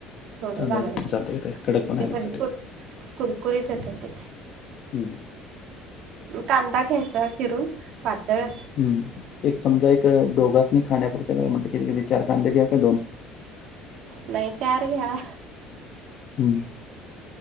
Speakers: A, on the right; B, on the left.
A: थोडे
B: तांदळाचं
A: घालायचे
B: पण चालतंय का ते कडक
A: म्हणजे
B: पण येण्यासाठी.
A: भजी कुर कुरकुरीत येत ते.
B: हम्म.
A: कांदा घ्यायचा चिरून पातळ.
B: हम् एक समजा एक दोघांचनी खाण्यापुरते म्हटलं तरी किती चार कांदे घ्यावे काय दोन. <inaudible>
A: नाही चार घ्या.
B: हम्म‌.